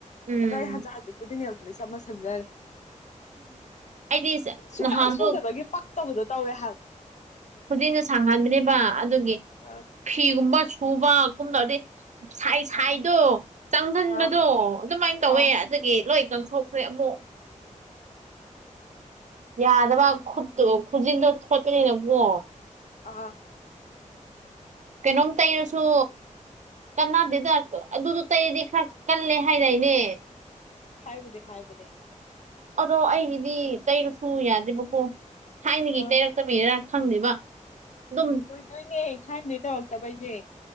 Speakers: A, on the right; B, on the left.
A: ꯎꯝ
B: ꯑꯗꯣ ꯑꯩ ꯍꯟꯗꯛ ꯍꯖꯤꯠꯄꯨꯗꯤꯡꯅꯦꯛꯇ ꯆꯝꯃ ꯁꯪꯖꯔꯦ
A: ꯑꯩꯗꯤ
B: ꯁꯨꯡꯆꯥꯏ
A: ꯅꯍꯥꯟꯗꯣ
B: ꯁꯨꯡꯗꯕꯒꯤ ꯄꯛꯇꯕꯗꯣ ꯇꯧꯋꯦ
A: ꯍꯧꯖꯤꯛꯅ ꯁꯥꯡꯍꯟꯕꯅꯦꯕ ꯑꯗꯨꯒꯤ
B: ꯑꯥ
A: ꯐꯤꯒꯨꯝꯕ ꯁꯨꯕꯒꯨꯝ ꯇꯧꯗꯤ ꯁꯥꯏ ꯁꯥꯏꯗꯣ ꯆꯪꯁꯤꯟꯕꯗꯣ
B: ꯑꯥ
A: ꯑꯗꯨꯃꯥꯏꯅ ꯇꯧꯋꯦ
B: ꯑꯥ
A: ꯑꯗꯨꯗꯒꯤ ꯂꯣꯏ ꯀꯪꯊꯣꯛꯈ꯭ꯔꯦ ꯑꯃꯨꯛ ꯌꯥꯗꯕ ꯈꯨꯠꯇꯣ ꯈꯨꯖꯤꯟꯗꯣ ꯊꯣꯠꯄꯅꯤꯅ ꯄꯣ
B: ꯑ
A: ꯀꯩꯅꯣꯝ ꯇꯩꯔꯁꯨ ꯀꯥꯟꯅꯗꯦꯗ ꯑꯗꯨꯗꯣ ꯇꯩꯔꯗꯤ ꯈꯔ ꯀꯜꯂꯦ ꯍꯥꯏꯅꯏꯅꯦ
B: ꯐꯥꯏꯕꯨꯖꯦ ꯍꯥꯏꯥꯏꯕꯅꯦꯦ
A: ꯑꯗꯣ ꯑꯩꯒꯤꯗꯤ ꯇꯩꯔꯨꯁꯨ ꯌꯥꯗꯦꯕꯀꯣ ꯊꯥꯏꯅꯒꯤ
B: ꯑꯥ
A: ꯇꯩꯔꯛꯇꯃꯤꯗꯔ ꯈꯪꯗꯦꯕ ꯑꯗꯨꯝ
B: ꯑꯣꯏꯣꯏꯗꯣꯏꯅꯦ ꯈꯥꯏꯅꯗꯩ ꯇꯧꯔꯛꯇꯕꯩꯅꯦꯦ